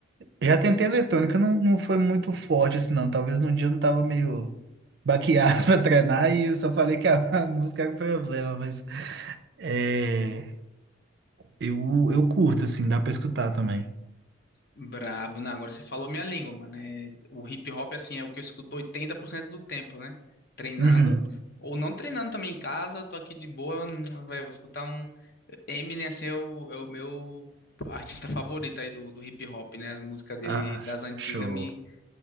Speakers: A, on the right; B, on the left.
A: Já tentei eletrônica, não, não foi muito forte assim não, talvez no dia eu não tava meio baqueado <laughs> pra treinar e eu só falei que a, a música era o problema, mas é, eu, eu curto assim, dá pra escutar também.
B: Brabo, não, agora você falou minha língua, mano. É, o hip hop, assim, é o que eu escuto 80% do tempo, né? Treinando,
A: Uhum.
B: ou não treinando também em casa, eu tô aqui de boa, <tsk> velho, vou escutar um. Eminem, assim, é o, é o meu artista favorito aí do, do hip hop, né? A música dele
A: Ah,
B: das antigas
A: show.
B: me